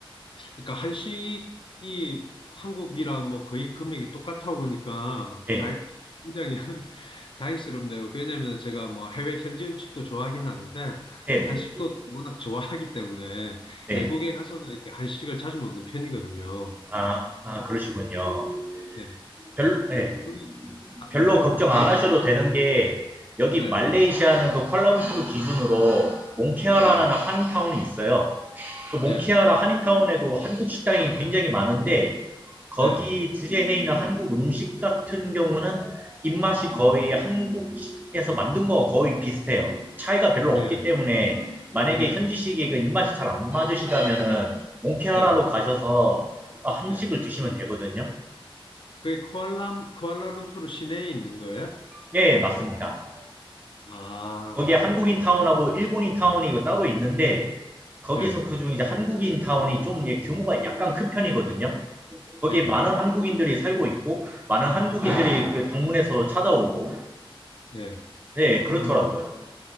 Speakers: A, on the left; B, on the right.
A: 그러니까 한식이 한국이랑 뭐 거의 금액이 똑같아 보니까
B: 네,
A: 다 굉장히 <laughs> 다행스럽네요. 왜냐하면 제가 뭐 해외 현지 음식도 좋아하긴 하는데
B: 네네,
A: 한식도 워낙 좋아하기 때문에
B: 네.
A: 외국에
B: 네.
A: 가서도 이렇게 한식을 자주 먹는 편이거든요.
B: 아, 아, 그러시군요.
A: 예.
B: 별, 네.
A: 그리고 아,
B: 별로
A: 또
B: 걱정
A: 예전에
B: 안 하셔도 되는 게 여기 말레이시아는
A: 예,
B: 그 쿠알라룸푸르 기준으로 몽케라라는
A: 예,
B: 한 타운이 있어요. 그 몽키아라
A: 예,
B: 한인타운에도 한국 식당이 굉장히 많은데 거기
A: 예,
B: 주제해 있는 한국 음식 같은 경우는 입맛이 거의 한국에서 만든 거 거의 비슷해요. 차이가 별로 없기
A: 예,
B: 때문에 만약에
A: 예,
B: 현지식의 그 입맛이 잘 안 맞으시다면은 몽키아라로
A: 예,
B: 가셔서 한식을
A: 예.
B: 드시면 되거든요.
A: 그게 쿠알라 쿠알라룸푸르 시내에 있는 거예요?
B: 네 맞습니다.
A: 아,
B: 거기에 한국인 타운하고 일본인 타운이 그 따로 있는데 거기서
A: 예,
B: 그중 이제 한국인 타운이 좀 예, 규모가 약간 큰 편이거든요. 거기
A: 예.
B: 많은 한국인들이 살고 있고 많은 한국인들이
A: 예,
B: 그 방문해서 찾아오고
A: 예.
B: 네
A: 아,
B: 그렇더라고요.